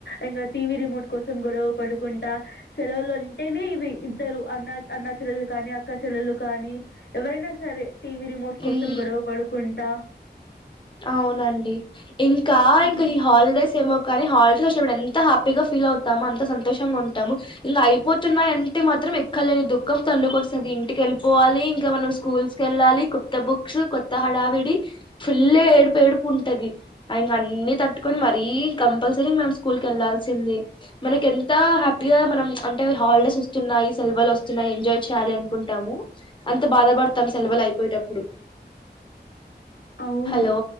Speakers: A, on the left; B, on the left.
A: ఇంకా టీవీ రిమోట్ కోసం గొడవ పడుకుంటా సెలవులు అంటేనే ఇవి ఇద్దరు అన్న అన్న చెల్లెళ్ళు కానీ అక్క చెల్లలు కానీ ఎవరైనా సరే టీవి రిమోట్ కోసం
B: మ్మ్
A: గొడవ పడుకుంటా
B: అవునండి ఇంకా
A: ఉమ్.
B: ఇంకా ఈ హాలిడేస్ ఏమో కానీ హాలిడేస్ వచ్చినప్పుడు ఎంత హ్యాపీగా ఫీల్ అవుతాము అంత సంతోషంగా ఉంటాము ఇంకా అయిపోతున్నాయియంటే మాత్రం ఎక్కలేని దుఃఖం తన్నుకు వస్తుంది ఇంటికెళ్ళి పోవాలి ఇంకా మనం స్కూల్స్ కివెళ్ళాలి కొత్త బుక్స్ హడావిడి ఇల్లే ఏడుపు ఏడుపు ఉంటది ఆ ఇంక అన్ని తట్టుకొని మరీ కంపల్సరీ మనం స్కూల్ కి వెళ్లాల్సి మనకి ఎంత హ్యాపీగా మనం అంటే హాలిడేస్ వస్తున్నాయి సెలవలు వస్తున్నాయి ఎంజాయ్ చేయాలి అనుకుంటాము అంత బాధ పడతాం సెలవులు అయిపోయేటప్పుడు
A: అవును
B: హలో